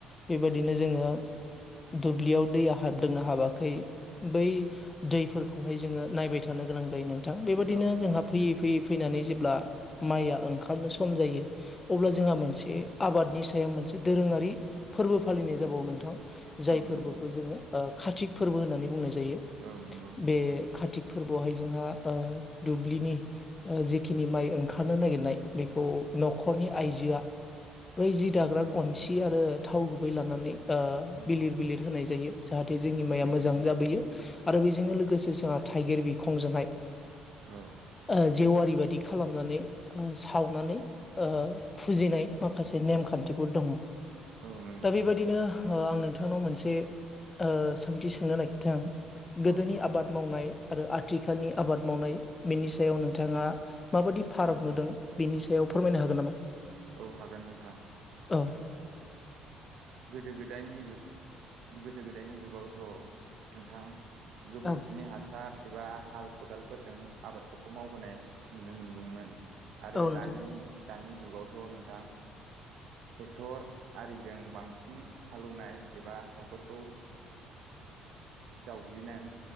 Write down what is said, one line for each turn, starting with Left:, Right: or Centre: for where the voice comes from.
Left: बेबायदिनो जोङो दुब्लियाव दैया हाबदोंनो हाबाखै बै दैफोरखौहाय जोङो नायबाय थानो गोनां जायो नों थां बेबादिनो
Right: औ नंगौ
Left: जोंहा
Right: नोंथां
Left: फैयै फैयै फैनानै जेब्ला माइया ओंखारनो सम जायो अब्ला
Right: औ
Left: जोंहा मोनसे आबादनि सायाव मोनसे दोरोङारि फोरबो फालिनाय जाबावनो <unintelligible> जाय
Right: औ
Left: फोरबोखौ
Right: नंगौ
Left: जोङो ओ खातिक फोरबो होननानै बुंनाय जायो
Right: औ नंगौ नोंथां
Left: बे खाथिक फोरबोआवहाय जोंहा ओ दुब्लिनि ओ जेखिनि माइ ओंखारनो नागिरनाय बेखौ न'खरनि आइजोआ
Right: <unintelligible>
Left: बै जि दाग्रा
Right: औ
Left: गनसि आरो थाव गुबै लानानै आ
Right: औ
Left: बिलिर बिलिर होनाय जायो जाहाथे जोंनि
Right: औ
Left: माइया
Right: नंगौ
Left: मोजां
Right: नोंथां
Left: जाबोयो। आरो बेजोंनो लोगोसे जाह थाइगिर बिखंजोंहाय
Right: औ
Left: आ जेवारि बायदि बिदि खालामनानै आ सावनानै ओ फुजिनाय माखासे नेमखान्थिफोर दङ।
Right: औ नंगौ
Left: दा बेबायदिनो
Right: नोंथां
Left: हा आं नों थांनाव मोनसे ओ सोंथि सोंनो नागिरदों गोदोनि
Right: औ नंगौ
Left: आबाद मावनाय आरो आथिखालनि आबाद मावनाय बेनि सायाव नोंथाङा माबादि फाराग नुदों? बिनि सायाव फोरमायनो हागोन नामा?
Right: औ हागोन नोंथां
Left: औ
Right: गोदो गोदायनि जु- गोदो गोदायनि जुगावथ' नोंथां गोबोरखिनि
Left: औ
Right: हासार एबा हाल खदालफोरजों आबादफोरखौ मावबोनाय नुनो मोनबोमोन। आरो
Left: औ नोंथां
Right: दानि दानि जुगावथ' नोंथां थेकतआरिजों बां सिन हालेवनाय एबा हाफोरखौ जावग्लिनान